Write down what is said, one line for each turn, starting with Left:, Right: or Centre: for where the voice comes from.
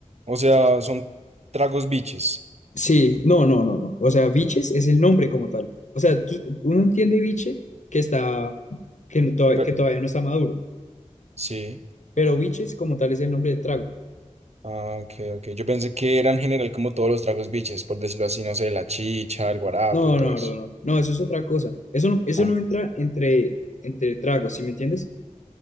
Right: o sea,
Left: Sí.
Right: son tragos biches.
Left: Sí, no, no, no, no. O sea, biches es el nombre como tal. O sea, tú- uno entiende biche que está, que, no- to-
Right: Pe-
Left: que todavía no está maduro,
Right: sí.
Left: pero biches como tal es el nombre del trago.
Right: Ah, ok, ok. Yo pensé que era en general como todos los tragos biches, por decirlo así, no sé, la chicha, el guarapo
Left: No,
Right: y todo
Left: no,
Right: eso.
Left: no, no, no, eso es otra cosa. Eso no, eso
Right: Ah,
Left: no entra entre, entre tragos, ¿sí me entiendes?